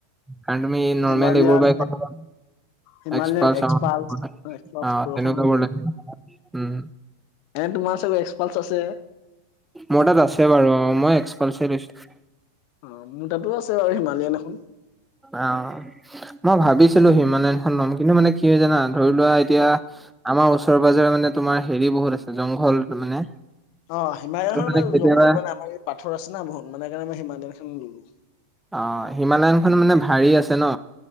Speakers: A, in the centre; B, on the left (about 45°).
A: কাৰণ তুমি নৰ্মেল
B: হিমালয়ান
A: এইবোৰ বাইকত তোমা
B: হিমালয়ান
A: এক্সপাৰ্চ
B: এক্সপালচ
A: <unintelligible>
B: এক্সপালচ
A: অ',
B: বৰষুণ
A: তেনে <unintelligible>
B: হৈ
A: উম <unintelligible>
B: এন্দ তোমাৰ চাগে এক্সপাল্টছ আছে।
A: মোৰ তাত আছে বাৰু অ', মই এক্সপালচে লৈছোঁ।
B: অ', মোৰ তাতো আছে বাৰু, হিমালয়ন এখন।
A: অ', মই ভাবিছিলোঁ‌ হিমালয়ানখন লম কিন্তু মানে কি হয় জানা, ধৰি লোৱা এতিয়া
B: অ
A: আমাৰ ওচৰে পাজৰে মানে তোমাৰ হেৰি বহুত আছে, জংঘল মানে।
B: অ', হিমালিয়নখন
A: ত'
B: মানে
A: কেতিয়াবা
B: জংঘ মানে আমা ইয়াত পাথৰ আছে ন বহত, মানে কাৰণে মই হিমালিয়ানখন ললোঁ।
A: অ', হিমালয়নখন মানে ভাৰী আছে ন,